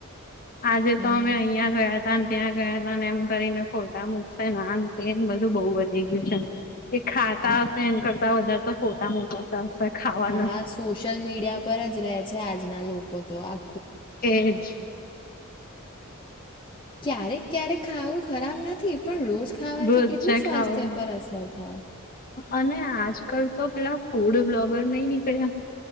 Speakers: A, on the left; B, on the left.
A: આજે
B: હમ
A: તો અમે અહં ગયા હતા ત્યાં ગયા હતાને એમ કરીને ફોટા મુકશે તેને બધું બહુ વધી ગયું છે એ ખાતા
B: હા
A: હશે એ કરતા વધારે તો ફોટા મુકાતા હશે ખાવાના
B: હા સોશિયલ મીડિયા પર જ રહે છે આજના લોકો તો આ
A: એજ હ
B: ક્યારેક ક્યારેક ખાવું ખરાબ નથી પણ રોજ ખાવાથી
A: રોજ
B: કેટલું
A: જે
B: સ્વાસ્થ્ય
A: ખાઓ
B: પર અસર થાય
A: અને આજકાલ તો પેલા ફૂડ બ્લોગર નઈ નીકળ્યા